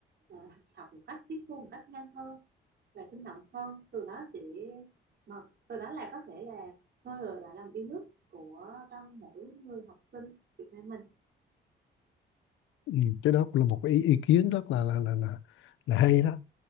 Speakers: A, on the right (about 55°); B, on the left (about 85°).
A: ờ, học một cách tiếp thu một cách nhanh hơn và sinh động hơn từ đó sẽ mà từ đó là có thể là khơi gợi lại lòng yêu nước của trong mỗi người học sinh Việt Nam mình
B: Ừ. cái đó cũng là một cái ý, ý kiến rất là là, là là là hay đó